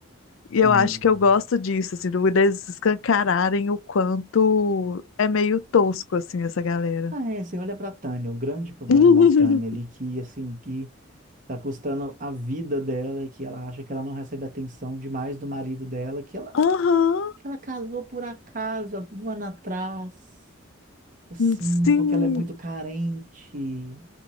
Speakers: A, on the left; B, on the right.
A: E eu
B: Sim.
A: acho que eu gosto disso, assim, do- eles escancararem o quanto é meio tosco, assim, essa galera.
B: Ah, é, você olha pra Tânia, o grande problema
A: <laughs>
B: da Tânia ali, que assim, que tá custando a vida dela e que ela acha que ela não recebe atenção demais do marido dela, que ela,
A: Aham.
B: que ela casou por acaso, há um ano atrás, assim,
A: Sim,
B: porque ela é muito carente,